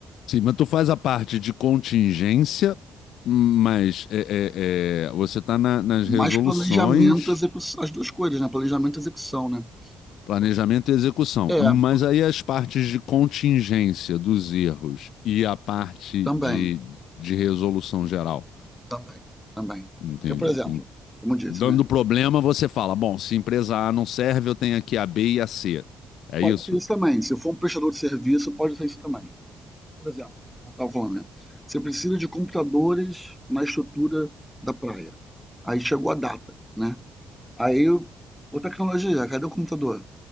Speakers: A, on the left (about 80°); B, in the centre.
A: Sim, mas tu faz a parte de contingência, mas é, é, é, você está nas
B: Mas
A: resoluções,
B: planejamento, execução, as duas coisas, né? Planejamento e execução, né?
A: planejamento
B: Porque-
A: e execução.
B: É,
A: Mas
B: por-
A: aí as partes de contingência dos erros e a parte
B: também.
A: de, de resolução geral.
B: Também, também.
A: Entende?
B: Porque, por exemplo,
A: Em-
B: como eu disse,
A: Dando
B: né,
A: problema, você fala: bom, se empresa A não serve, eu tenho aqui a B e a C. É
B: pode
A: isso?
B: ser isso também, se for um prestador de serviço, pode ser isso também. Por exemplo, como eu estava falando, né, você precisa de computadores na estrutura da praia. Aí chegou a data, né? Aí, ô tecnologia, cadê o computador?